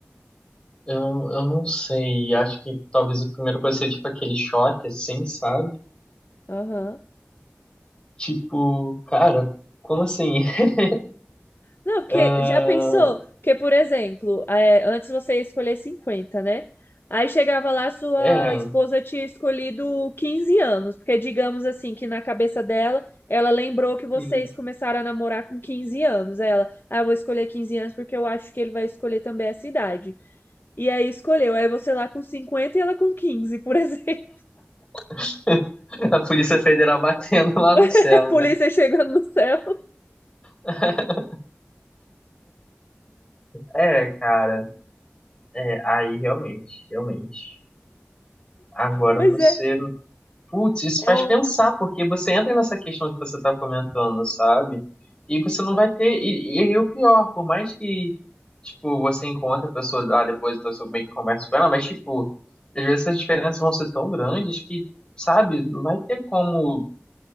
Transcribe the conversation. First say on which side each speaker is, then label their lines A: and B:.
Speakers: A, on the left; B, on the left.
A: Eu, eu não sei, acho que talvez a primeira coisa seja tipo aquele choque, assim, sabe?
B: Aham.
A: Tipo, cara, como assim? <laughs>
B: Não, porque
A: Ah,
B: já pensou? que, por exemplo, é, antes você ia escolher 50, né? Aí chegava lá, sua
A: é,
B: esposa tinha escolhido 15 anos, porque digamos assim que na cabeça dela, ela lembrou que vocês
A: sim.
B: começaram a namorar com 15 anos. Aí Ela, ah, eu vou escolher 15 anos porque eu acho que ele vai escolher também essa idade. E aí escolheu, aí você lá com 50 e ela com quinze, por exemplo.
A: <laughs> A Polícia Federal batendo lá no céu,
B: <laughs> A polícia
A: né?
B: chegando no céu.
A: <laughs> É, cara, é, aí realmente, realmente. Agora
B: Pois
A: você
B: é,
A: Putz, isso
B: é
A: faz
B: o.
A: pensar, porque você entra nessa questão que você está comentando, sabe? E você não vai ter. E, e, aí o pior, por mais que, tipo, você encontre a pessoa lá depois, então você meio que conversa com ela, mas, tipo, às vezes essas diferenças vão ser tão grandes que, sabe, não vai ter como,